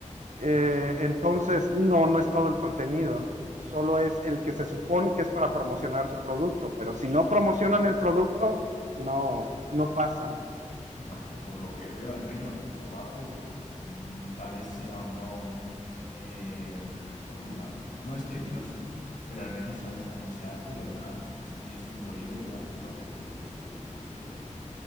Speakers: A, on the right; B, on the left.
A: Eh, entonces, no, no es todo el contenido. Solo es el que se supone que es para promocionar su producto, pero si no promocionan el producto, no, no pasan.
B: Bueno, por lo que veo, al menos tu trabajo, mm, tal vez sea o no, eh, ¿cómo llamarlo? No es tedioso, pero al menos sabes cómo se hace y además, pues si tienes tiempo libre, haces algo que te gusta, entiendo. Así que